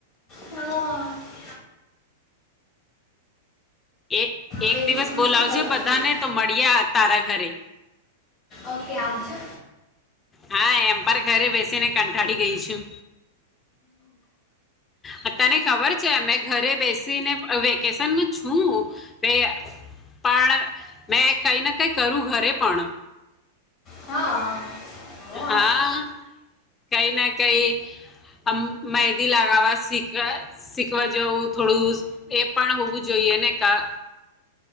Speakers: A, on the left; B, on the left.
A: હા
B: એ એક
A: વેકેશનમાં
B: દિવસ બોલાવજે
A: શું કરવાનું
B: બધાને તો મળીએ તારા ઘરે.
A: ઓકે આવજો.
B: હા એમ. અરે ઘરે બેસીને કંટાળી ગઈ છું. આહ તને ખબર છે મેં ઘરે બેસીને અહ વેકેશનમાં છું વે પણ મેં કઈ ના કઈ કરું ઘરે પણ.
A: હા બહુ સારું.
B: હા કઈ ના કઈ અમ્મ મહેદી લગાવવા શીખવા શીખવા જવું થોડું એ પણ હોવું જોઈએ ને કા